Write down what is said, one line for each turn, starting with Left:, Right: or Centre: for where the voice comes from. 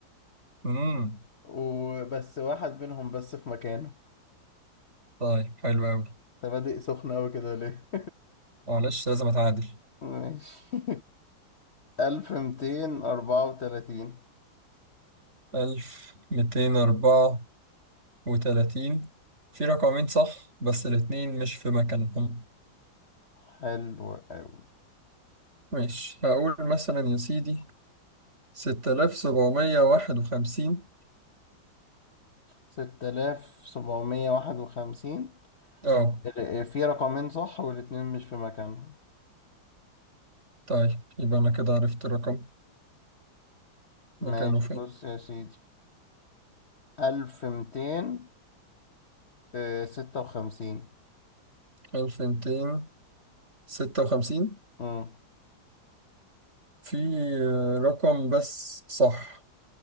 Right: امم
Left: وبس واحد منهم بس في مكانه
Right: طيب حلو أوي
Left: أنت بادئ سخن أوي كده ليه؟
Right: معلش لازم أتعادل
Left: <laughs> ماشي <laughs> ألف ميتين أربعة وتلاتين
Right: ألف ميتين أربعة وتلاتين في رقمين صح بس الاتنين مش في مكانهم
Left: حلو أوي
Right: ماشي هقول مثلا يا سيدي ستة آلاف سبعمية واحد وخمسين
Left: ستة آلاف سبعمية واحد وخمسين
Right: اه
Left: ال- في رقمين صح والاتنين مش في مكانهم
Right: طيب يبقى أنا كده عرفت الرقم
Left: ماشي
Right: مكانه فين
Left: بص يا سيدي ألف ميتين آه، ستة وخمسين
Right: ألف ميتين ستة وخمسين
Left: امم
Right: في آه، رقم بس صح